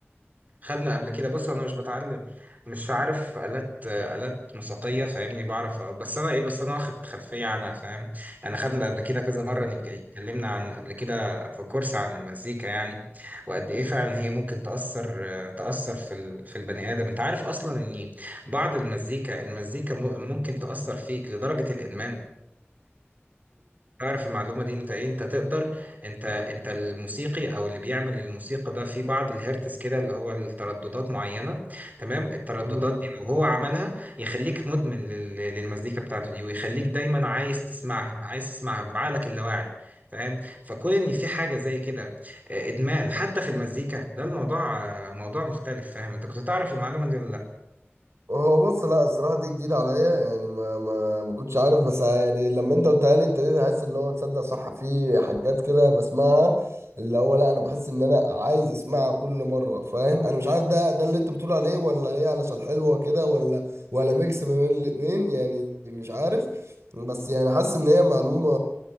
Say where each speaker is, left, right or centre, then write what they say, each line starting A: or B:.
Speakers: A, on the right; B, on the right.
A: خدنا قبل كده بص انا مش بتعلم مش عارف آلات آلات موسيقية فاهمني بعرف آه، بس انا ايه بس انا واخد خلفية عنها فاهم يعني خدنا قبل كده كذا مرة نتك- اتكلمنا عن قبل كده في كورس عن المزيكا يعني وقد ايه فعلا هي ممكن تأثر تأثر في ال... في البني آدم انت عارف اصلا ان بعض المزيكا المزيكا م- ممكن تأثر فيك لدرجة الإدمان تعرف المعلومة دي انت ايه انت تقدر انت انت الموسيقي او اللي بيعمل الموسيقى ده في بعض الهرتز كده اللي هو الترددات معينة تمام الترددات
B: بره
A: دي لو هو عملها يخليك مدمن لل- للمزيكا بتاعته دي ويخليك دايما عايز تسمعها عايز تسمعها بعقلك اللاواعي فاهم فكون ان في حاجة زي كده آه، ادمان حتى في المزيكا ده الموضوع آه، موضوع مختلف فاهم انت كنت تعرف المعلومة دي ولا لا
B: هو بص لا الصراحة دي جديدة عليا يعني ما ما ما كنتش عارف بس يعني لما انت قلتها لي ابتديت احس اللي هو تصدق صح في حاجات كده بسمعها اللي هو لا انا بحس ان انا عايز اسمعها كل مرة فاهم انا مش عارف ده ده اللي انت بتقول عليه ولا هي علشان حلوة كده ولا ولا ميكس ما بين الاتنين يعني مش عارف بس يعني حاسس ان هي معلومة